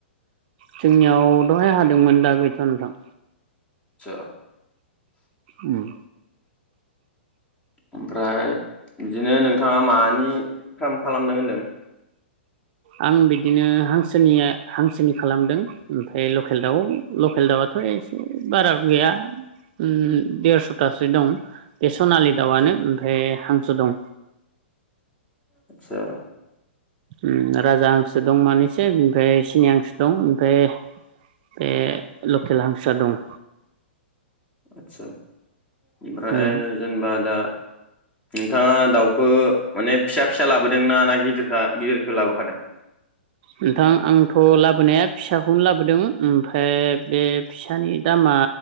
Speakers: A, on the right; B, on the left.
A: जोंनियाव दहाय हादोंमोन दा गैया नोंथां
B: आतसा
A: उम
B: ओमफ्राय बिदिनो नोंथांङा मानि फ्राम खालामदों होन्दों
A: आं बिदिनो हांसोनिया हांसोनि खालामदों ओमफ्राय लकेल दाउआव लकेल दाउआथ' एसे बारा गैया उम देरस'थासो दं बे सनालि दाउआनो
B: आदसा
A: ओमफ्राय हां सो दं
B: आतसा
A: ओम राजा हांसो दं मानैसो बेनिफ्राय सिनि हांसो दं ओमफ्राय ओ बे लकेल हांसोआ दं
B: आतसा ओमफ्राय
A: उम
B: जेनेबा दा नोंथाङा दाउखौ माने फिसा फिसा लाबोदों ना ना गिदिरखा गिदिरखौ लाबोखादों
A: नोंथां आंथ' लाबोनाया फिसाखौनो लाबोदों ओमफ्राय बे फिसानि दामा